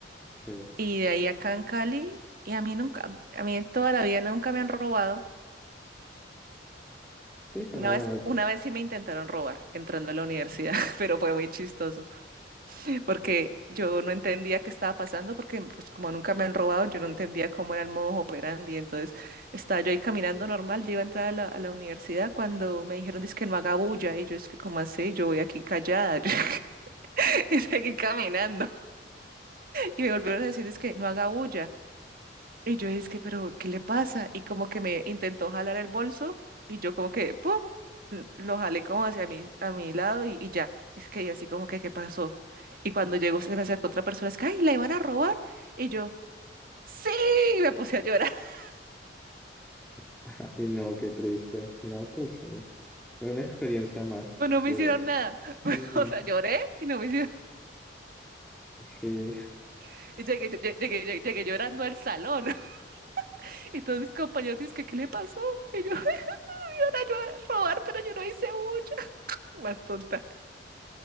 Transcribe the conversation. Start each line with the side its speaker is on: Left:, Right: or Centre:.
Centre: Sí,
Right: Y de ahí acá en Cali, y a mí nunca, a mí en toda la vida nunca me han robado.
Centre: sí, pero
Right: Una
Centre: bueno,
Right: vez, una vez sí me intentaron robar entrando a la universidad, <laughs> pero fue muy chistoso porque yo no entendía qué estaba pasando porque pues como nunca me han robado, yo no entendía cómo era el modo operandi. Entonces estaba yo ahí caminando normal, yo iba a entrar a la, a la universidad cuando me dijeron, dice que no haga bulla y yo es que como así, yo voy aquí callada, <laughs> yo <laughs> y seguí caminando y me volvieron a decir, dice que no haga bulla. Y yo dije, pero, ¿qué le pasa? Y como que me intentó jalar el bolso y yo como que, ¡pum! L- Lo jalé como hacia mi, a mi lado y, y ya. Es que y así como que, ¿qué pasó? Y cuando llegó se me acercó otra persona, es que, ¡ay, la iban a robar! Y yo, ¡sí! Y me puse a llorar, <laughs>
Centre: <laughs> ay, no, qué triste. No, pues una experiencia más.
Right: pero no me
Centre: de
Right: hicieron nada. <laughs>
Centre: Ujú,
Right: O sea, lloré y no me hicieron...
Centre: sí.
Right: <laughs> Y llegué, lle- llegué, llegué, llegué llorando al salón. <laughs> Y todos mis compañeros dicen, que, ¿qué le pasó? Y yo, <laughs> me van a robar, pero yo no hice mucho. <laughs> Más tonta.